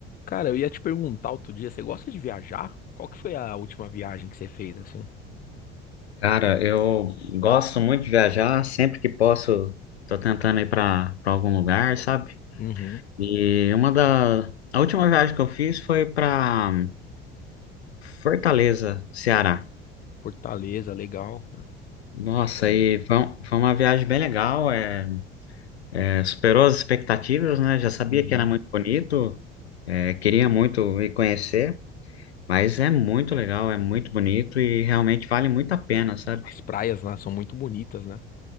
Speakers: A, on the left (about 30°); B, on the left (about 85°).
A: Cara, eu ia te perguntar outro dia, você gosta de viajar? Qual que foi a última viagem que você fez, assim?
B: Cara, eu gosto muito de viajar, sempre que posso, tô tentando ir para para algum lugar, sabe?
A: Uhum.
B: E uma da a última viagem que eu fiz foi para Fortaleza, Ceará.
A: Fortaleza, legal. cara.
B: Nossa,
A: Foi.
B: aí foi, um- foi uma viagem bem legal, é, é, superou as expectativas, né? Já sabia
A: Uhum.
B: que era muito bonito, é, queria muito ir conhecer, mas é muito legal, é muito bonito e realmente vale muito a pena, sabe?
A: As praias lá são muito bonitas, né?